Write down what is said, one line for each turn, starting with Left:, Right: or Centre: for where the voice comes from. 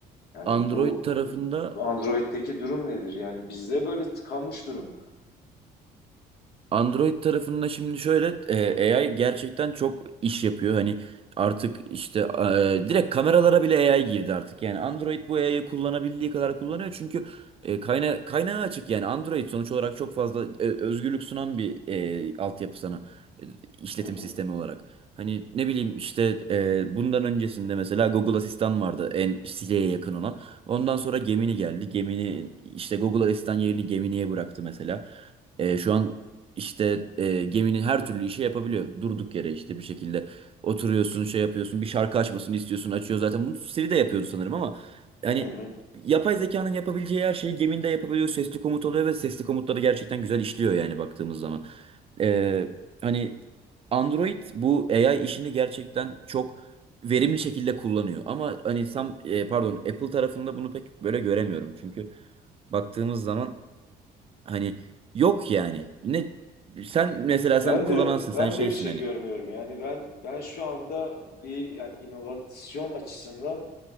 Left: Yani
Right: Android
Left: bu
Right: tarafında
Left: Android'deki durum nedir? Yani bizde böyle tıkanmış durumda.
Right: Android tarafında şimdi şöyle e, AI gerçekten çok iş yapıyor. Hani artık işte e, direkt kameralara bile AI girdi artık. Yani Android bu AI'yı kullanabildiği kadar kullanıyor. Çünkü e, kayna kaynağı açık yani Android sonuç olarak çok fazla e, özgürlük sunan bir e, altyapı sana e, işletim
Left: Hı hı,
Right: sistemi olarak. Hani ne bileyim işte e, bundan öncesinde mesela Google Asistan vardı en Siri'ye yakın olan. Ondan sonra Gemini geldi. Gemini işte Google Asistan yerini Gemini'ye bıraktı mesela. E, şu an işte e, geminin her türlü işi yapabiliyor. Durduk yere işte bir şekilde oturuyorsun, şey yapıyorsun, bir şarkı açmasını istiyorsun, açıyor zaten. Bunu Siri de yapıyordu sanırım ama yani
Left: hı hı.
Right: yapay zekanın yapabileceği her şeyi geminde yapabiliyor. Sesli komut oluyor ve sesli komutları gerçekten güzel işliyor yani baktığımız zaman. E, hani Android bu AI işini gerçekten çok verimli şekilde kullanıyor. Ama hani Sam e, pardon Apple tarafında bunu pek böyle göremiyorum. Çünkü baktığımız zaman Hani yok yani. Ne sen mesela sen
Left: Ben
Right: kullanansın
Left: de ben
Right: sen şeysin
Left: de bir şey
Right: hani.
Left: görmüyorum. Yani ben ben şu anda bir yani inovasyon açısından